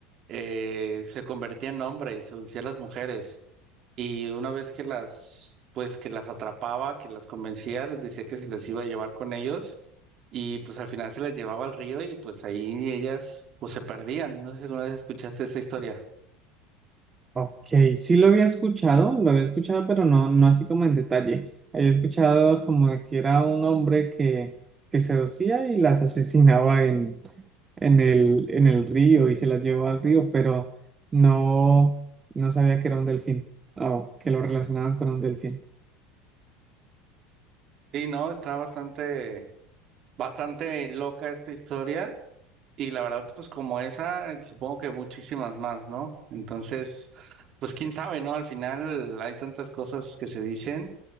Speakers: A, on the right (about 45°); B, on the right (about 25°).
A: eh, se convertía en hombre y seducía a las mujeres. Y una vez que las, pues que las atrapaba, que las convencía, les decía que se les iba a llevar con ellos y pues al final se les llevaba al río y pues ahí ellas pues se perdían. No sé si alguna vez escuchaste esta historia.
B: Ok, sí lo había escuchado, lo había escuchado, pero no, no así como en detalle. Había escuchado como de que era un hombre que, que seducía y las <laughs> asesinaba en, en el, en el río y se las llevó al río, pero no, no sabía que era un delfín o que lo relacionaban con un delfín.
A: Sí, no, está bastante, bastante loca esta historia y la verdad pues como esa, supongo que muchísimas más, ¿no? Entonces, pues quién sabe, ¿no? Al final hay tantas cosas que se dicen